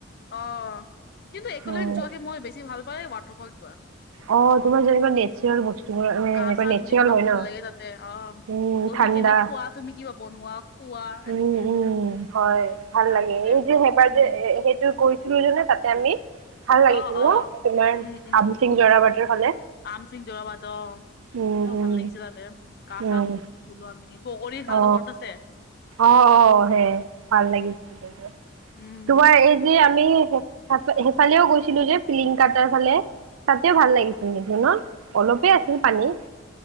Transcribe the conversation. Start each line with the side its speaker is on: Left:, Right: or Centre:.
Left: অ' কিন্তু
Right: উম
Left: <inaudible> যোৱাকে মই বেছি ভাল পাই ৱাটাৰফল যোৱা
Right: অ' তোমাৰ যেনিবা নে নেচাৰেল বস্তুবোৰ এনেকুৱা
Left: গা চা
Right: নেচাৰেল
Left: ধুলি ইমান
Right: হয়
Left: ভাল
Right: ন,
Left: লাগে তাতে অ
Right: উম
Left: বহি
Right: ঠাণ্ডা।
Left: কেনে খোৱা তুমি কিবা বনোৱা খোৱা এনেকে
Right: উম উম হয় ভাল
Left: ৰান্ধিলে
Right: লাগে এই যে সেইবাৰ
Left: উম
Right: যে সেইটো গৈ তাতে আমি। ভাল লাগিছিল
Left: অ' অ'
Right: ন তোমাৰ
Left: উম। উম,
Right: আমচিং জৰাবাটৰ ফালে
Left: আমচিং যোৱাবাত
Right: উম
Left: তেওঁ
Right: উম
Left: ভাল লাগিছে তাতে। গা
Right: উম
Left: সা ধুলো আমি পকৰি খালো
Right: অ
Left: মনত আছে?
Right: অ' অ' সেইয়াই ভাল লাগিছিল,
Left: উম
Right: তোমাৰ এই যে আমি সেইফালেও গৈছিলো যে পিং কটাৰ ফালে তাতেও ভাল লাগিছিল নেকি ন? অলপে আছিল পানী।